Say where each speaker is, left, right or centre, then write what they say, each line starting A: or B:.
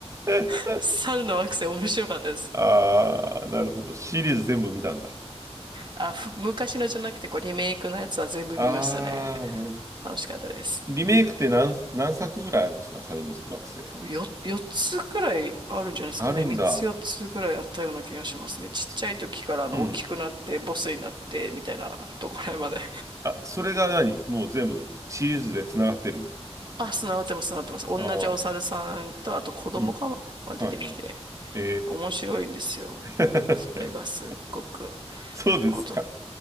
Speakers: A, on the right; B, on the right.
A: 星
B: <laughs> 猿の惑星面白かったです。
A: <laughs> あー、なるほど。シリーズ全部見たんだ。
B: あ、ふ、昔のじゃなくて、こう、リメイクのやつは全部見ましたね。
A: あー、なるほど。
B: 楽しかったです。
A: リメイクって何、何作ぐらいあるんですか猿の惑星。
B: 多分よ、4つくらいあるんじゃないですかね。
A: あるんだ。
B: 3つ4つくらいあったような気がしますね。ちっちゃい時からあの大きくなってボスになってみたいなところまで。
A: そうん。
B: <laughs>
A: あ、それが何もう全部シリーズで繋がってる。
B: あ、繋がってます、繋がってます。同じお猿さんとあと子供かなが出てきて。
A: ああ、うん。はいはい。え
B: 面白いんですよ。
A: え <laughs>
B: それがすっごく。
A: そうですか。
B: あと、